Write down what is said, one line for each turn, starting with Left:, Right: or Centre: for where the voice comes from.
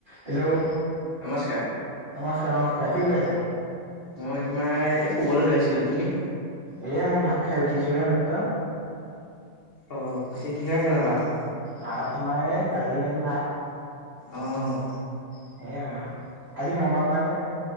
Right: Hello
Left: নমস্কাৰ
Right: নমস্কাৰ নমস্কাৰ কি কৰি আছা?
Left: মই তোমাৰ এই শুবলৈ ধৰিছিলোঁ তুমি?
Right: এ মই ভাত খাই উঠিছোঁ হে মাত্ৰ।
Left: অ পিছে কিহেৰে খালা ভাত?
Right: ভাত তোমাৰ এ দালি ভাজি ভাত।
Left: অ'।
Right: সেয়া আজি মঙলবাৰ যে।